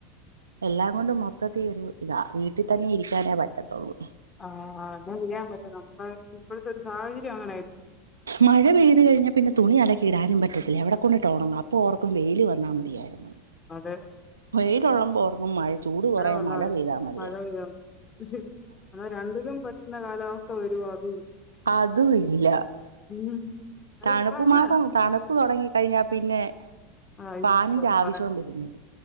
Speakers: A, on the right; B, on the left.
A: എല്ലാംകൊണ്ടും മൊത്തത്തീ ഒരു ഇതാ വീട്ടിതന്നെ ഇരിക്കാനേ പറ്റത്തൊള്ളൂ.
B: ആ അതെചെയ്യാൻ പറ്റും നമ്മുടെ ഇപ്പോഴത്തൊരു സാഹചര്യം അങ്ങനെയായി.
A: മഴപെയ്തു കഴിഞ്ഞാപിന്നെ തുണിഅലക്കിടാനും പറ്റത്തില്ല എവിടെ കൊണ്ടിട്ടോണങ്ങും അപ്പോ ഓർക്കും വെയിലുവന്നാ മതി തിയായിരുന്നു
B: അതെ.
A: വെയിലൊള്ളമ്പ ഓർക്കും മഴ ചൂട് കൊറയാൻ
B: വന്നാ
A: മഴ
B: മതി.
A: പെയ്താ മതിയേ
B: മഴ പെയ്താ മതി. പക്ഷെ എന്നാരണ്ടിലും പറ്റുന്ന കാലാവസ്ഥവരോ അതുവി
A: അതുവില്ല.
B: ഉം അത്
A: തണുപ്പുമാസം
B: ഇപ്പ അങ്ങനാ.
A: തണുപ്പുതൊടങ്ങി കഴിഞ്ഞാപിന്നെ
B: ആഹ്
A: ഫാന്റെ ആവശ്യവും
B: പറയാൻ
A: വരുന്നില്ലാ